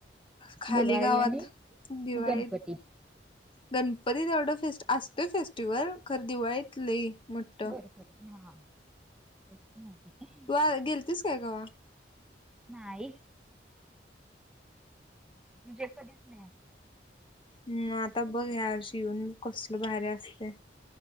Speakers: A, on the left; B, in the centre.
A: खाली
B: दिवाळी
A: गावात
B: आणि
A: दिवाळीत
B: गणपती
A: गणपतीत ऑर्डर फेस्ट असतेच फेस्टिवल खरं दिवाळीत लई मोठं.
B: बर बर हा. <unintelligible>
A: काल गेलतीस का गावा
B: नाही. म्हणजे कधीच नाही. <unintelligible>
A: मग आता
B: हुपरीत
A: बघ या
B: असते
A: वर्षी येऊन कसलं भारी असतयं.